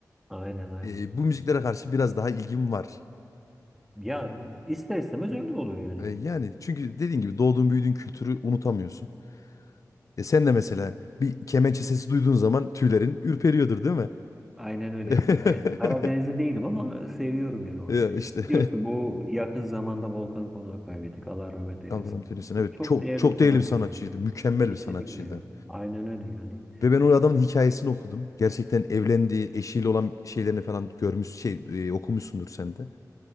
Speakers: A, in the centre; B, on the left.
A: Aynen, aynen.
B: ee, bu müziklere karşı biraz daha ilgim var.
A: Ya ister istemez öyle olur yani.
B: E, yani çünkü dediğin gibi doğduğun büyüdüğün kültürü unutamıyorsun. E sen de mesela bir kemençe sesi duyduğun zaman tüylerin ürperiyordur değil mi?
A: Aynen öyle.
B: <laughs>
A: Yani Karadenizli değilim ama seviyorum yani o.
B: Ya işte
A: Biliyorsun bu yakın zamanda Volkan Konak'ı kaybettik. Allah rahmet
B: <laughs>
A: eylesin.
B: Allah rahmet eylesin.
A: Çok,
B: Evet
A: çok
B: çok
A: değerli
B: çok
A: bir sanatçıydı.
B: değerli bir sanatçıydı. Mükemmel
A: Kesinlikle
B: bir sanatçıydı.
A: ya. Aynen öyle yani.
B: Ve ben o adamın hikayesini okudum. Gerçekten evlendiği eşiyle olan şeylerini falan görmüş şey e, okumuşsundur sen de.